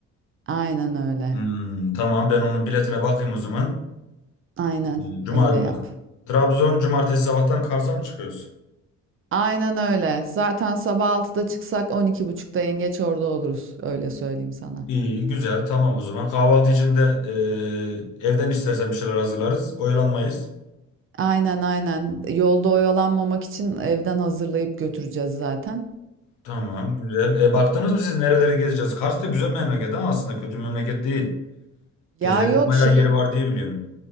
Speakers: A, on the right (about 45°); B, on the left (about 85°).
A: Aynen öyle.
B: Hmm, tamam ben onun biletine bakayım o zaman.
A: Aynen
B: Hmm, Cuma
A: öyle
B: günü.
A: yap.
B: Trabzon cumartesi sabahtan Kars'a mı çıkıyoruz?
A: Aynen öyle. Zaten sabah altıda çıksak 12.30'da yengeç orada oluruz. Öyle söyleyeyim sana.
B: İyi, güzel. Tamam o zaman. Kahvaltı için de e, evden istersen bir şeyler hazırlarız. Oyalanmayız.
A: Aynen aynen. Yolda oyalanmamak için evden hazırlayıp götüreceğiz zaten.
B: Tamam, güzel. E, baktınız mı siz nereleri gezeceğiz? Kars da güzel memleket ama aslında kötü bir memleket değil. Gezilecek
A: Ya yok
B: bayağı
A: şey
B: yeri var diye biliyorum.